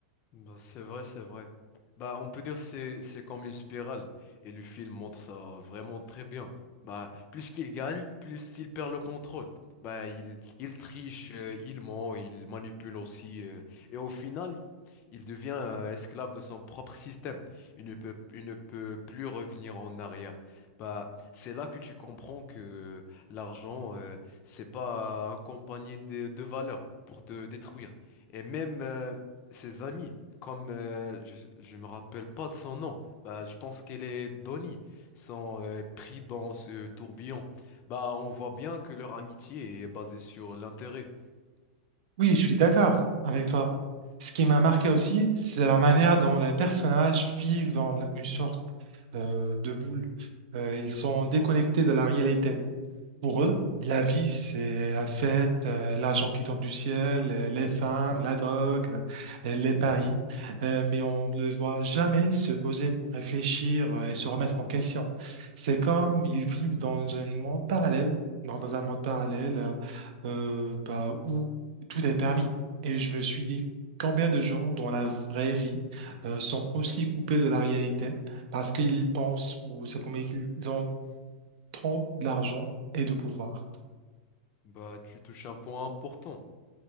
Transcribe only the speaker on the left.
Bah, c'est vrai, c'est vrai. Bah, on peut dire que c'est c'est comme une spirale et le film montre ça vraiment très bien. Bah, plus qu'il gagne, plus il perd le contrôle. Bah, il il triche, euh, il ment, il manipule aussi euh, et au final, il devient euh, esclave de son propre système. Il ne peut il ne peut plus revenir en arrière. Bah, c'est là que tu comprends que l'argent euh, c'est pas accompagné de de valeurs pour te détruire et même euh, ses amis. Comme euh, je, je me rappelle pas de son nom, bah je pense qu'elle est Donnie, sont euh, pris dans ce tourbillon. Bah on voit bien que leur amitié est basée sur l'intérêt.
Bah tu touches un point important.